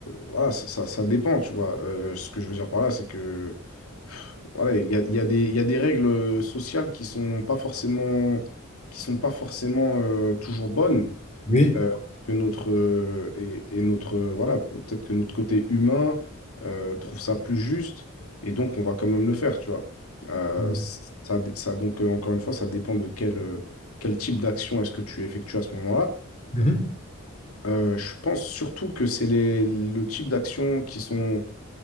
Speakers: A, on the left; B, on the left.
A: voilà, ça, ça- ça dépend, tu vois. Euh, ce que je veux dire par là, c'est que voilà, il y a, il y a des, il y a des règles sociales qui sont pas forcément, qui sont pas forcément euh, toujours bonnes.
B: Oui.
A: euh, que notre euh, et, et notre euh, voilà peut-être que notre côté humain euh, trouve ça plus juste et donc on va quand même le faire tu vois Euh,
B: Mhm.
A: ça, dé- ça donc euh, encore une fois ça dépend de quel euh, quel type d'action est-ce que tu effectues à ce moment-là
B: Mhm.
A: Euh, je pense surtout que c'est les le type d'actions qui sont